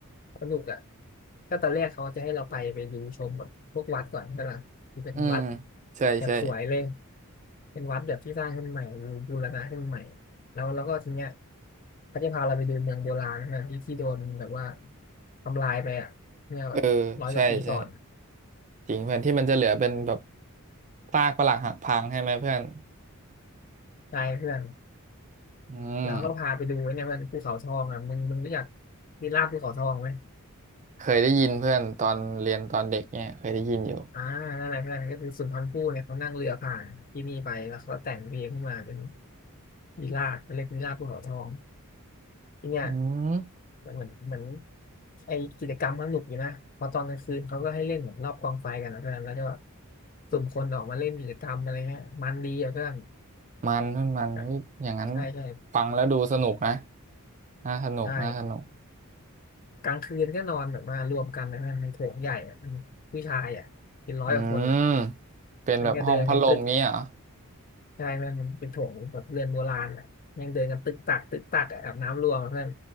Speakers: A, on the left; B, on the right.
A: สนุกอ่ะก็ตอนแรกเขาจะให้เราไปไปดูชมแบบพวกวัดก่อนใช่ปะคือเป็นวัด
B: อืมใช่ใช่
A: แบบสวยเลยเป็นวัดแบบที่สร้างขึ้นใหม่บูรณะขึ้นใหม่แล้วแล้วก็ทีเนี้ยเขาจะพาเราไปดูเมืองโบราณนะที่ที่โดนแบบว่าทำลายไปอ่ะเนี่ยแบบร้อยกว่าปีก่อน
B: เออใช่ใช่จริงเพื่อนที่มันจะเหลือเป็นแบบซากปรักหักพังใช่ไหมเพื่อน
A: ใช่เพื่อน
B: อืม
A: แล้วก็พาไปดูไอ้เนี่ยมันภูเขาทองอ่ะมึงมึงรู้จักวิลล่าภูเขาทองไหม
B: เคยได้ยินเพื่อนตอนเรียนตอนเด็กเนี่ยเคยได้ยินอยู่
A: อ่านั่นแหละเพื่อนก็คือสุนทรภู่เนี่ยเขานั่งเรือผ่านที่นี่ไปแล้วเขาก็แต่งเพลงขึ้นมาเป็นวิลล่าเรียกวิลล่าภูเขาทองที่เนี่ย
B: อืม
A: มันเหมือนเหมือนไอกิจกรรมมันสนุกอยู่นะพอตอนกลางคืนเขาก็ให้เล่นเหมือนรอบกองไฟกันนะเพื่อนแล้วก็สุ่มคนออกมาเล่นกิจกรรมอะไรเงี้ยมันดีอ่ะเพื่อน
B: มันเพื่อนมันเฮ้ยอย่างนั้น
A: ใช่ใช่
B: ฟังแล้วดูสนุกนะน่าสนุกน่าสนุก
A: ใช่กลางคืนก็นอนแบบมารวมกันนะเพื่อนในโถงใหญ่อะผู้ชายอ่ะเป็นร้อยกว่าคนอะ
B: อืมเป็นแบบห้องพัดลมนี้เหรอ
A: มันก็เดินกันตึกใช่ไหมนมันเป็นโถงแบบเรือนโบราณอ่ะยังเดินกันตึกตักตึกตักอะอาบน้ำรวมอะเพื่อน